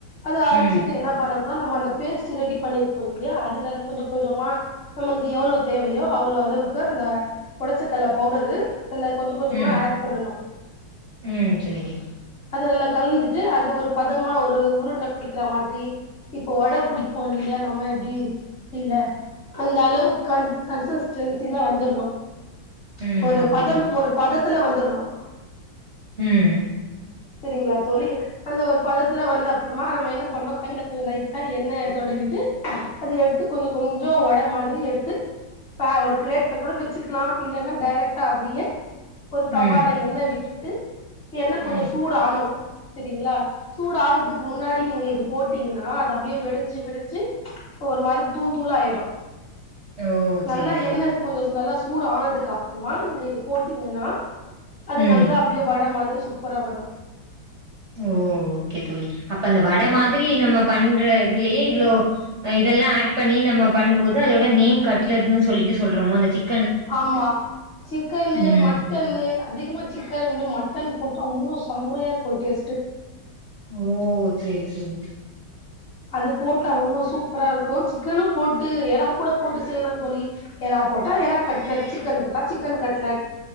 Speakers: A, on the left; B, on the right.
A: அத அரிச்சிட்டு
B: ம்
A: என்ன பண்ணணு நம்ம அந்த பேஸ்ட் ரெடி பண்ணிருக்கோம் இல்லையா அதுல கொஞ்சம் கொஞ்சமா நம்மளுக்கு எவ்ளோ தேவையோ அவ்ளோ அளவுக்கு அந்த ஒடச்சக்கல்ல பவுடரு அதுல கொஞ்சம் கொஞ்சமா
B: ம்
A: ஆட் பண்ணணும்
B: ம் சேரி
A: அது நல்ல கலந்துட்டு அது ஒரு பதமா ஒரு உருண்ட புடிக்கற மாதிரி இப்போ வட புடிப்போ இல்லையா நம்ம எப்டி கையில அந்த அளவுக்கு கன் கன்சிஸ்டன்சில்ல வந்துரணும்
B: ம்
A: ஒரு
B: ஓகே
A: பதம்
B: தோழி
A: ஒரு பதத் த்துல வந்துரணும்
B: ம்ம்
A: சரிங்களா தோழி அந்த ஒரு பதத்துல வந்து அப்பறமா நம்ம என்ன பண்ணோம் கையில கொஞ்ச லைபட்டா எண்ண தொடவிட்டு அது எடுத்து கொஞ்சம் கொஞ்சம் வட மாதிரி எடுத்து ப ஒரு பிளேட்ல கூட வச்சுக்கலாம் இல்லன்னா டிரெக்ட்டா அப்டியே ஒரு தவ்வால
B: ம்
A: என்ன வீட் ட்டு என்ன கொஞ்ச
B: ம்
A: சூடானும் சரிங்களா சூடு ஆகுறதுக்கு முன்னாடி நீங்க இது போட்டீங்கன்னா அது அப்டியே வெடிச்சு வெடிச்சு ஒரு மாரி தூள் தூளாயிடு
B: ஓ
A: நல்லா
B: சேரி தோழி
A: என்ன கொஞ்சம் நல்லா சூடு ஆனதுக்கப்புறமா நீங்க இது போட்டீங்கன்னா அது
B: ம்
A: நல்லா அப்டியே வட மாதிரி சூப்பரா வரும்
B: ஓ ஓகே தோழி அப்ப அந்த வட
A: ம்
B: மாதிரி நம்ப பண்ற இதுலயே இவ்ளோ இதெல்லா ஆட் பண்ணி நம்ம பண்ணும்போது து அதோட நேம் கட்லட்னு சொ சொல்லிட்டு சொல்றமோ அந்த சிக்
A: ஆமா சிக்கனு
B: ம்
A: மட்டனு அதிகமா சிக்கன விட மட்டன் போட்டா இன்னு செம்மையா இருக்கூ டேஸ்ட்டு
B: ஓ செரி செரி
A: அது போட்டா உன்னோ சூப்பரா இருக்கூ சிக்கனு போட்டு எறா கூட போட்டு செய்யலா தோழி எறா போட்டா எறா கட்லட் சிக்கன் போட்டா சிக்கன் கட்லட்